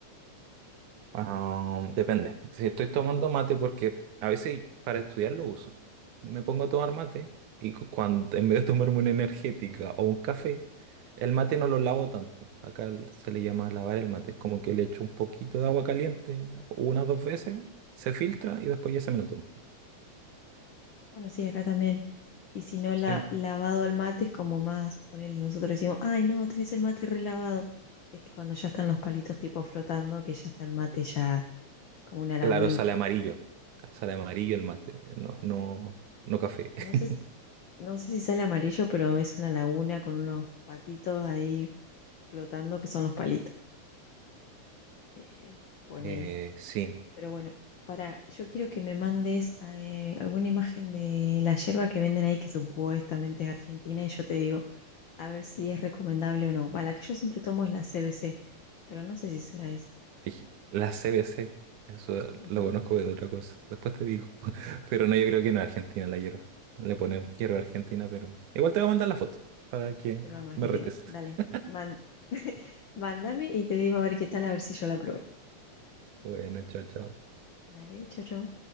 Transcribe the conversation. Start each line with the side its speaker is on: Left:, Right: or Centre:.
Right: Ah, depende. Si estoy tomando mate porque a veces para estudiar lo uso. Me pongo a tomar mate y cu- cuando en vez de tomarme una energética o un café, el mate no lo lavo tanto. Acá l- se le llama lavar el mate. Es como que le echo un poquito de agua caliente unas dos veces, se filtra y después ya se me lo tomo.
Left: Bueno, sí, acá también. Y si no,
Right: Sí.
Left: la, lavado al mate es como más, ponele, nosotros decimos, ay, no, tenés el mate relavado. Es que cuando ya están los palitos tipo flotando, que ya está el mate ya es como una lagunita.
Right: Claro, sale amarillo. Sale amarillo el mate. No, no, no café.
Left: No sé, s-
Right: <laughs>
Left: no sé si sale amarillo, pero es una laguna con unos patitos ahí flotando que son los palitos. Eh, ponele.
Right: Eh, sí.
Left: Pero bueno, para, yo quiero que me mandes eh, alguna imagen de la yerba que venden ahí que supuestamente es argentina y yo te digo a ver si es recomendable o no. Va, la que yo siempre tomo es la CBC, pero no sé si será esa.
Right: Y La CBC, eso
Left: Ujú.
Right: lo conozco de otra cosa. Después te digo. <laughs> Pero no, yo creo que no es Argentina la hierba. Le ponen hierba argentina, pero. Igual te voy a mandar la foto para que
Left: Pero vamos, Argentina,
Right: me retes.
Left: dale,
Right: <laughs>
Left: man- <laughs> mándame y te digo a ver qué tal, a ver si yo la probé.
Right: Bueno, chao, chao.
Left: Dale, chau, chau.